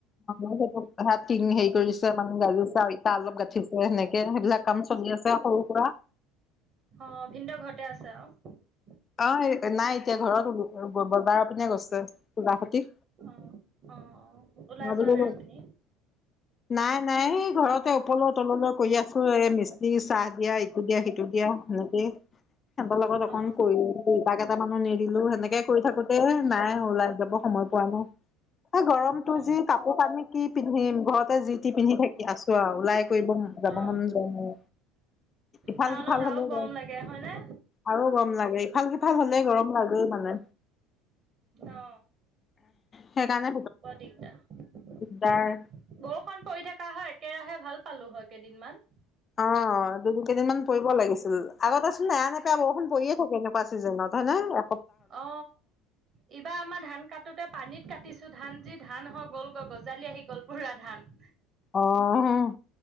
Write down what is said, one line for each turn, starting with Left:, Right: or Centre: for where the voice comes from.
Left: <unintelligible> তাহাত টিং হেৰি কৰিছে মানে গাজিছে আৰু ইতা অলপ গাঠিছে সেনেকে সেইবিলাক কাম চলি আছে সৰু সুৰা। <inaudible>
Right: অ, ভিনদেউ ঘৰতে আছে আৰু।
Left: অ, নাই এতিয়া ঘৰত বজাৰৰ পিনে গৈছে খুৰাহতি।
Right: অ - অ - অ ওলাই যোৱা
Left: বোলো
Right: নাই আপুনি।
Left: নাই - নাই ঘৰতে ওপৰৰ তললৈ কৰি আছো এ মিস্ত্ৰী চাহ দিয়া ইটো দিয়া সিটো দিয়া। সেনেকে চবৰ লগত অকণ
Right: অ
Left: <unintelligible> পাক এটা মান নি দিলো সেনেকে কৰি থাকোতে নাই ওলাই যাব সময় পোৱা নাই। এই গৰমতটো
Right: অ
Left: যি কাপোৰ কানি কি পিন্ধিম ঘৰতে যিতি পিন্ধি থাকি আছো আৰু ওলাই কৰিব যাব
Right: অ
Left: মন যোৱা নাই, ইফাল
Right: টাউনত
Left: সিফাল হ'লে
Right: আৰু গৰম
Left: গ
Right: লাগে হয়নে
Left: আৰু লাগে ইফাল সিফাল হ'লে গৰম লাগেই মানে।
Right: অ
Left: সেইকাৰণে
Right: বৰ দিগদাৰ।
Left: বা
Right: উম
Left: <unintelligible>
Right: বৰষুণ পৰি থকা হয় একেৰাহে ভাল পালো হয় কেইদিনমান।
Left: অঁ। দুই কেইদিন মান পৰিব লাগিছিল আগত আছিল নেৰানেপেৰা বৰষুণ পৰিয়ে থাকে এনেকুৱা চিজনত হয় নে।
Right: অ এইবাৰ আমাৰ ধান কাটোতে পানীত কাতিছোঁ ধান যি ধান হ গ'ল গ গজালি আহি গ'ল বুঢ়া ধান।
Left: অঁ,